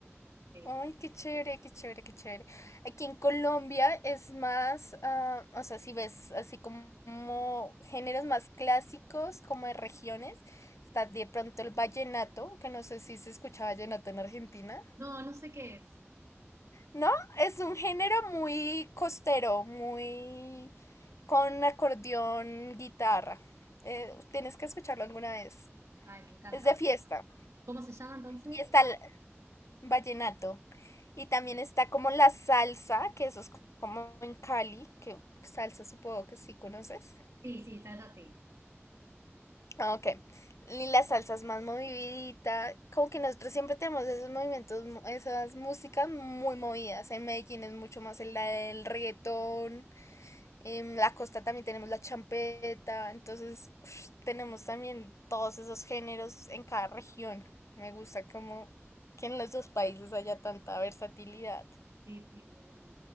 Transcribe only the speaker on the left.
Ay, qué chévere, qué chévere, qué chévere. Aquí en Colombia es más, ah, o sea, si ves así como géneros más clásicos, como de regiones, está de pronto el vallenato, que no sé si se escucha vallenato en Argentina.
No, es un género muy costero, muy con acordeón, guitarra. Eh, tienes que escucharlo alguna vez.
Es de fiesta.
Y está, vallenato. Y también está como la salsa, que eso es como en Cali, que salsa supongo que sí conoces.
Ah, Ok. Y la salsa es más movidita. Como que nosotros siempre tenemos esos movimientos, esas músicas muy movidas. En Medellín es mucho más el, el reggaetón. En la costa también tenemos la champeta. Entonces, ush, tenemos también todos esos géneros en cada región. Me gusta como que en los dos países haya tanta versatilidad.